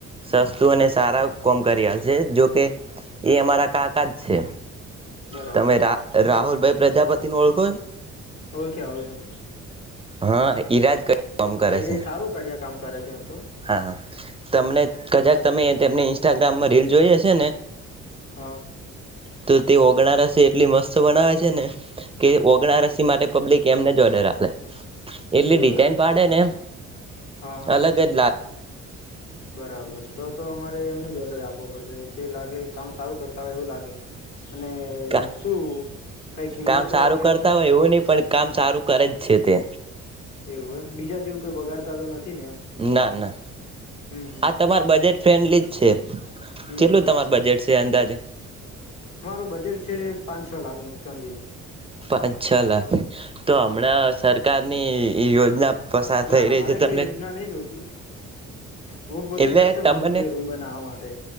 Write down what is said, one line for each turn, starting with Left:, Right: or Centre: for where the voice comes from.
Right: સસ્તું અને સારા કોમ કરી આલ છે જોકે એ અમારા કાકા જ છે
Left: બરાબર
Right: તમે રા
Left: તો
Right: રાહુલભાઈ પ્રજાપતિ ન ઓળખો છો
Left: ઓળખ્યા ઓળખ્યા
Right: હા ઈરાજ ક કામ
Left: હા
Right: કરે
Left: એ
Right: છે
Left: સારું કડિયા કામ કરે એમ તો
Right: હા તમને કજાક
Left: હા
Right: તમેને ઇન્સ્ટાગ્રામ રલ જોઈ હશે ને
Left: હા
Right: તો તે ઓગણા રસે એટલી મસ્ત બનાવે છે ને કે ઓગણ રસી માટે પબ્લિક એમને જોડે રહે એટલી
Left: એવું
Right: ડિઝઇન
Left: એમ
Right: પાડે ને એમ
Left: હા હા
Right: અલગ કેન
Left: બરાબર તો તો અમારે એમને જ ઓર્ડર આપે ો પડશે તે લાગે કામ સારું કરતા હોય એવું લાગે અને
Right: કા
Left: શું કઈ કિંમત
Right: કામ સારું
Left: વગેરે
Right: કરતા
Left: કઈ
Right: હોય એવું નહી પણ કામ ચારું કર જ છે તે
Left: એવું એમ બીજા જેવું કોઈ બગાડતા તો નથી ને એમ
Right: ના ના
Left: હમ હમ
Right: આ તમાર બજેટ ફ્રેન્ડલી જ છે
Left: હમ
Right: કેટલું
Left: હમ
Right: તમાર બજેટ છે અંદાજ
Left: મારું બજેટ છે પાંચ છ લાખનું સમજી લો
Right: પાંચ છ લાખ તો હમણાં
Left: હમ
Right: સર સરકારની યોજના પસાર થઈ
Left: ના ના
Right: રહી
Left: મારે
Right: છે તમને
Left: કોઈ યોજના નહી જોતી હું પોતે
Right: એટલે
Left: સક્ષમ
Right: તમને
Left: છું જે રૂમ બનાવવા માટે